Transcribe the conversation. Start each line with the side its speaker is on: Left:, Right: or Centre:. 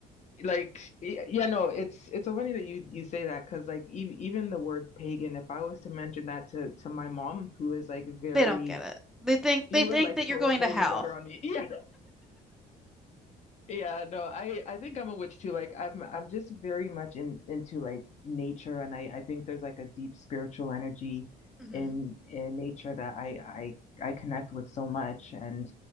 Left: like y- yeah, no, it's it's so funny that you you say that because like e even the word pagan, if I was to mention that to to my mom, who is like very
Centre: They don't get it. They think
Left: she
Centre: they
Left: would
Centre: think
Left: like
Centre: that you're
Left: throw
Centre: going
Left: holy
Centre: to hell.
Left: water on me. <laughs> Yeah. Yeah, no, I I think I'm a witch too. Like I'm I'm just very much in into like nature and I I think there's like a deep spiritual energy
Centre: hmm
Left: in in nature that I I I connect with so much and